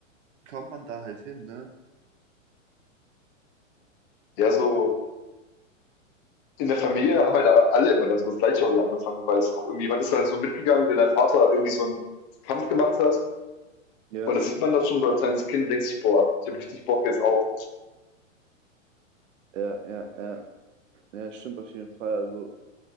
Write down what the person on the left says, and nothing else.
Ja, so in der Familie haben halt alle immer dann so das gleiche Hobby angefangen, weil es auch irgendwie, man ist dann so mitgegangen, wenn dein Vater irgendwie so einen Kampf gemacht hat.
Und da sieht man das schon so als kleines Kind und denkt sich, boah, ich habe richtig Bock jetzt auch.